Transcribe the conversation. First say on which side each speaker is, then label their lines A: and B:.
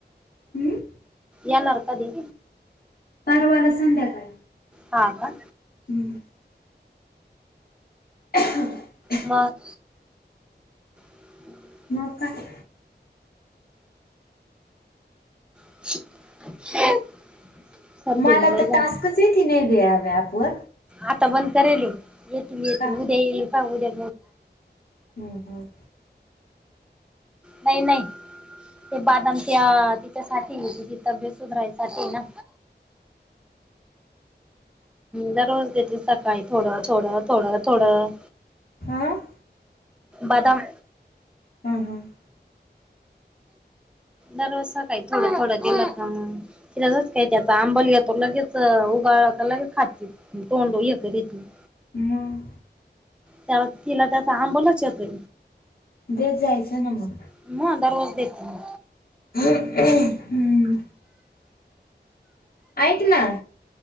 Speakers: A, on the left; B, in the centre.
A: हम्म?
B: येणार कधी?
A: परवाला संध्याकाळ.
B: हा का?
A: हम्म. <unintelligible>
B: मग <inaudible> <unintelligible>
A: मग काय?
B: <unintelligible>
A: माला
B: लय
A: त
B: झालं.
A: टास्कच येती नाई ग या व्याप वर.
B: आता बंद करेल येतील येतील
A: का
B: उद्या येईल पा उद्या
A: हम् हम.
B: नाई नाई. ते बादामत्या तिच्यासाठी तिची तब्येत सुधरायसाठी आहे ना. दररोज देते सात. काय थोडं थोडं थोडं थोडं
A: हमं.
B: बादाम
A: हम हम.
B: दररोज सकाई थोडं थोडं दिलं त मग. का त्याचा आंबल घेतो लगेच उगाळ लगेच खात तोंड हे कर <unintelligible>
A: मग?
B: त्याला तिला काय त्याचा आंबलाच येतोय.
A: देत जायचं ना मग
B: मग दररोज देती ना.
A: <unintelligible> हम्म. ऐक ना